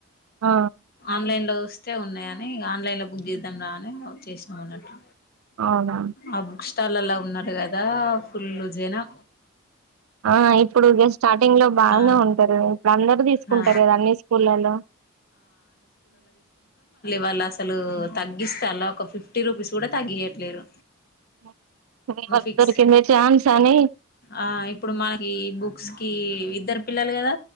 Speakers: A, on the right; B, on the left.
A: ఆ
B: ఆన్లైన్ లో చూస్తే ఉన్నాయని కా ఆన్లైన్ లో బుక్ చేద్దాం రా అని చేసామన్నట్టు
A: అవునా
B: ఆ బుక్ స్టాల్లా ఉన్నారు కదా ఫుల్ జైనా
A: ఆ ఇప్పుడు స్టార్టింగ్ లో బాగానే
B: ఆ
A: ఉంటంది ఇప్పుడు అందరుూ తీసుకుంటారు
B: ఆ
A: కదా అన్ని స్కూళ్లలో
B: వాళ్ళ అసలు తగ్గిస్త అ ఒక ఫిఫ్టీ రూపీస్ కూడా తగ్గియట్లేరు
A: <inaudible> వ
B: ఫిక్స్
A: దొరికింద చఛాన్సన్న
B: ఆ ఇప్పుడు మనకి బుక్స్ కి ఇద్దరు పిల్లలు కదా